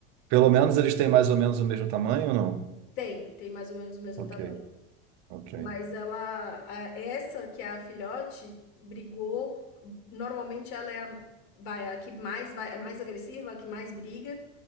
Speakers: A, on the right; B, on the left.
A: Pelo
B: E
A: menos eles têm mais ou menos o mesmo tamanho ou não?
B: tem, tem mais ou menos o mesmo
A: Ok,
B: tamanho.
A: ok.
B: Mas ela, a- essa que é a filhote, brigou. Normalmente ela é a, vai, a que mais vai, é mais agressiva, a que mais briga,